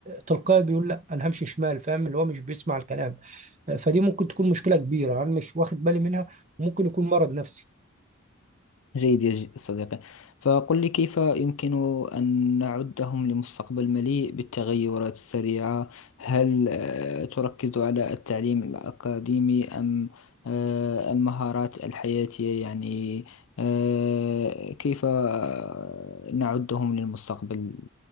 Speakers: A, on the right; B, on the left.
A: تلقائي بيقول لا انا همشي شمال فاهم اللي هو مش بيسمع الكلام فدي ممكن تكون مشكله كبيره انا مش واخد بالي منها وممكن يكون مرض نفسي
B: جيد يا ج- صديقي فقل لي كيف يمكن أن نعدهم لمستقبل مليء بالتغيرات السريعة هل آه، تركز على التعليم الأكاديمي أم آه، المهارات الحياتية يعني آه، كيف آه، نعدهم للمستقبل